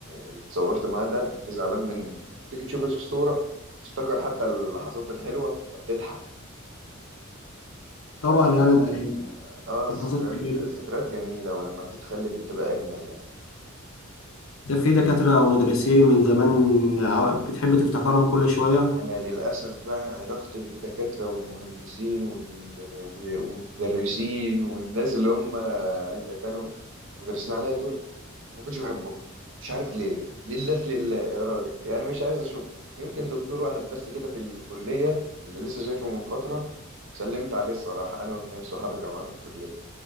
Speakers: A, on the right; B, on the left.
A: اللي اتصورت معاه ده انت زعلان منه بتيجي تشوف الصورة تفتكر حتى اللحظات الحلوة فبتضحك فا
B: طبعا يعني ده
A: اه الذكريات
B: ده حصل جميل
A: الذكريات جميلة ولما بتتخلد بتبقى أجمل يعني
B: ده في دكاترة أو مدرسين من زمان ع- بتحب تفتكرهم كل شوية
A: أنا للأسف بقى علاقتي بالدكاترة والمهندسين وال... والمدرسين والناس اللي هم اللي كانوا مدرسين عليا دول ما كنتش بحبه مش عارف ليه لله في لله يا راجل يعني مش عايز اشوفه يمكن دكتور واحد بس كده في الكلية اللي لسه شايفه من فترة سلمت عليه الصراحة أنا واتنين صحابي كانوا معايا في الكلية